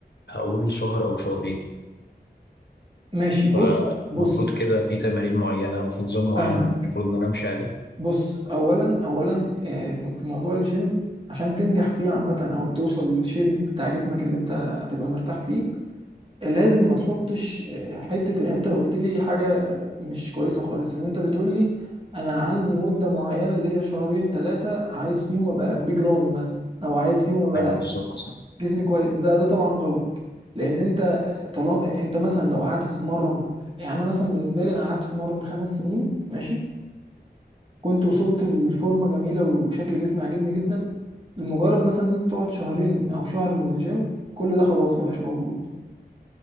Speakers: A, on the left; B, on the right.
A: هقول شهر أو شهرين
B: ماشي بص
A: فالمفروض
B: بص
A: كده في تمارين معينة أو في نظام معين
B: فاهمك
A: المفروض إن أنا أمشي عليه
B: بص اولا اولا آه، في في موضوع الجيم عشان تنجح فيه عامه او توصل للشيب بتاع جسمك اللي انت هتبقى مرتاح فيه آه، لازم ما تحطش آه، حته يعني انت قلت لي حاجه آه، مش كويسه خالص ان انت بتقول لي انا عندي مده معينه اللي هي شهرين ثلاثه عايز فيهم ابقى بيج رامي مثلا او عايز فيهم ابقى
A: أيوه بالظبط
B: جسمي كويس ده ده طبعا غلط لان انت طالما انت مثلا لو قعدت تتمرن يعني انا مثلا بالنسبه لي انا قعدت اتمرن خمس سنين ماشي كنت وصلت لفورمه جميله وشكل جسمي عاجبني جدا لمجرد مثلا ان انت تقعد شهرين او شهر من الجيم كل ده خلاص ما بقاش موجود